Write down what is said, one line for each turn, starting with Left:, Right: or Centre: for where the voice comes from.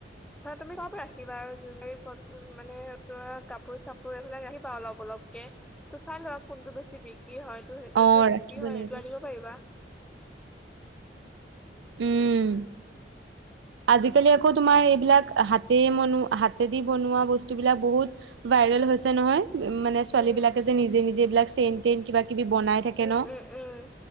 Centre: ৰা তুমি চাপ ৰাখিবা আৰু জুলী প মানে চৰা কাপোৰ চাপোৰ এইবিলাক ৰাখিবা অলপ অলপকে ত চাই ল কোনটো বেছি বিক্ৰী হয় ত যোনটো
Right: অ
Centre: বিক্ৰী
Right: ৰাখিব
Centre: হয়
Right: লাগিব
Centre: সেইটো আনিব পাৰিবা
Right: উম
Centre: <inaudible>
Right: আজিকালি আকৌ তোমাৰ সেইবিলাক হাতে বন হাতে দি বনোৱা বস্তুবিলাক বহুত ব হৈছে নহয় উ মানে ছোৱালী
Centre: উম,
Right: বিলাকে যে নিজে নিজে এইবিলাক চেইন েইন কিবা কিবি বনাই থাকে
Centre: উম,
Right: ন
Centre: উম, উম,